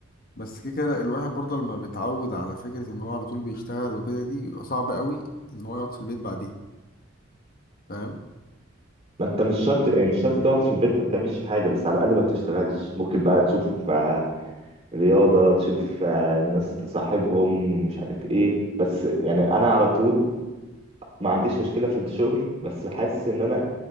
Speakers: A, on the left; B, on the right.
A: بس كده كده الواحد برضه لما بيتعود على فكرة ان هو على طول بيشتغل وكده دي بيبقى صعب قوي ان هو يقعد في البيت بعديها فاهم
B: ما انت مش شرط يعني مش شرط تقعد في البيت ما بتعملش حاجه بس على الاقل ما بتشتغلش ممكن بقى تشوف آه، رياضه تشوف آه، الناس تصاحبهم مش عارف ايه بس يعني انا على طول ما عنديش مشكله في الشغل بس حاسس ان انا